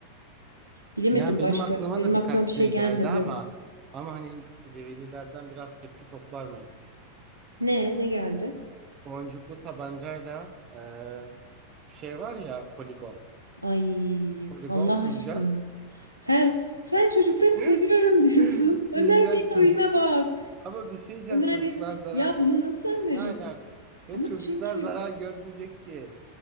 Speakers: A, on the right (about 85°); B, on the right (about 30°).
A: Bilemedim
B: Ya benim
A: başka.
B: aklıma
A: Benim
B: da birkaç
A: aklıma
B: şey
A: bir şey gelmedi.
B: geldi ama ama hani velilerden biraz tepki toplar mıyız?
A: Ne? Ne geldi?
B: Boncuklu tabancayla eee, şey var ya poligon.
A: Ay
B: Poligon
A: Allah
B: kuracağız.
A: aşkına. Sen sen çocukları
B: <laughs>
A: seviyorum <laughs> diyorsun. Önerdiğin
B: Ya çocuk
A: oyuna bak.
B: Ama bir şey diyeceğim
A: Önerdiğin
B: çocuklar zarar
A: ya
B: gör.
A: bunu nasıl öneririz?
B: Ne alak? Ve
A: Ama
B: çocuklar
A: çünkü
B: zarar görmeyecek ki.